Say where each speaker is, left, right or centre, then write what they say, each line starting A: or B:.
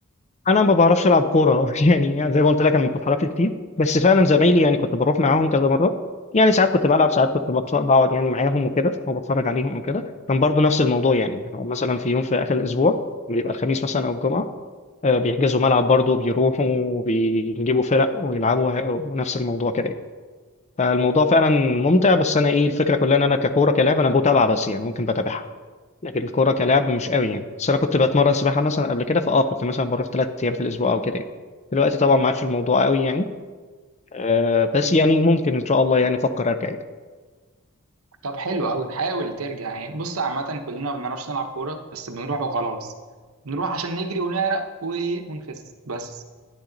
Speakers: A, on the left; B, on the right.
A: انا ما بعرفش العب كوره <laughs> يعني زي ما قلت لك انا ما بتحركش كتير بس فعلا زمايلي يعني كنت بروح معاهم كذا مره يعني ساعات كنت بلعب ساعات كنت بت- بقعد يعني معاهم وكده او بتفرج عليهم او كده كان برضو نفس الموضوع يعني لو مثلا في يوم في اخر الاسبوع بيبقى الخميس مثلا او الجمعه آه، بيحجزوا ملعب برضو بيروحوا وبيجيبوا فرق ويلعبوا ونفس الموضوع كده فالموضوع فعلا ممتع بس انا ايه الفكره كلها ان انا ككوره كلاعب انا بتابعه بس يعني ممكن بتابعها لكن الكوره كلاعب مش قوي يعني بس انا كنت بتمرن سباحه مثلا قبل كده فاه كنت مثلا بروح ثلاث ايام في الاسبوع او كده يعني. دلوقتي طبعا ما عادش الموضوع قوي يعني آه بس يعني ممكن ان شاء الله يعني افكر ارجع يعني
B: طب حلو قوي حاول ترجع يعني بص عامة كلنا ما بنعرفش نلعب كورة بس بنروح وخلاص بنروح عشان نجري ونعرق و- ونخس بس